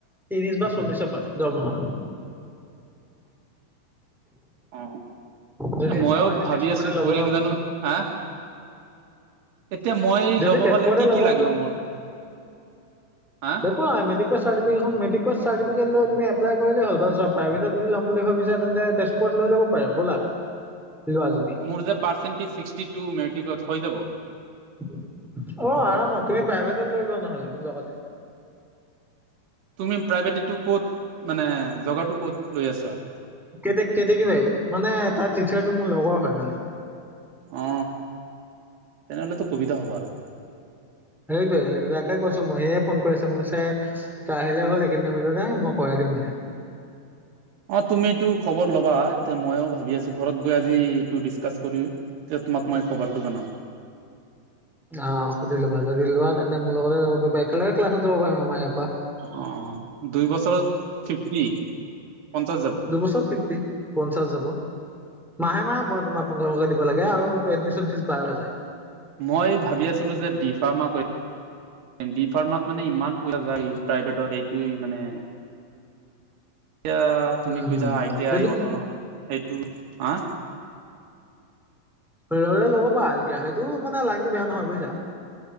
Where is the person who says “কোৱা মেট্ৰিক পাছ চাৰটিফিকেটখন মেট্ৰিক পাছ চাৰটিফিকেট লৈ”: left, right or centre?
Centre